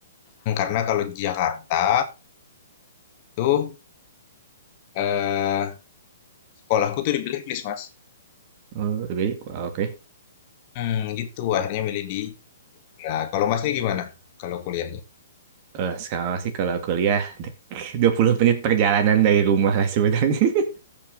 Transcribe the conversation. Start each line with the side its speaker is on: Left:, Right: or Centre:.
Left: Hmm, Karena kalau di Jakarta itu eh, sekolahku tuh di blacklist, Mas.
Right: oh, lebih. Wah, Oke.
Left: Hmm, gitu. Akhirnya milih di Nah kalau Masnya gimana? Kalau kuliahnya?
Right: Eh, sekarang sih kalau kuliah dek- 20 menit perjalanan dari rumah lah sebenarnya. <laughs>